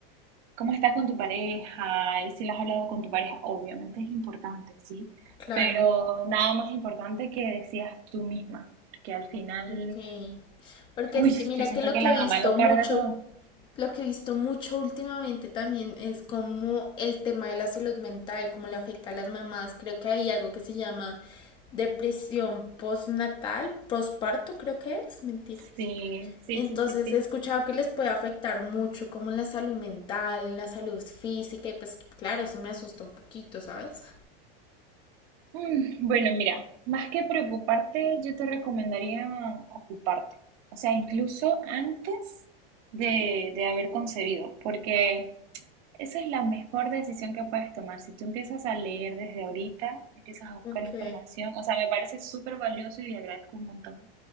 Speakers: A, on the right; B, on the left.
A: cómo estás con tu pareja y si lo has hablado con tu pareja, obviamente es importante, ¿sí?
B: Claro,
A: Pero nada más importante que decías tú misma, porque al final,
B: ok. Porque
A: uy,
B: es que mira
A: yo siento
B: que lo
A: que
B: que
A: la
B: he visto
A: mamá lo
B: mucho,
A: carga todo.
B: lo que he visto mucho últimamente también es como el tema de la salud mental, cómo le afecta a las mamás. Creo que hay algo que se llama depresión postnatal, posparto creo que es, mentiras.
A: Sí, sí,
B: Entonces
A: sí, sí, sí.
B: he escuchado que les puede afectar mucho como en la salud mental, en la salud física y pues claro, eso me asusta un poquito, ¿sabes?
A: Mm, Bueno, mira, más que preocuparte, yo te recomendaría ocuparte. O sea, incluso antes de, de haber concebido, porque Esa es la mejor decisión que puedes tomar. Si tú empiezas a leer desde ahorita, empiezas a buscar
B: Ok,
A: información, o sea, me parece súper valioso y agradezco un montón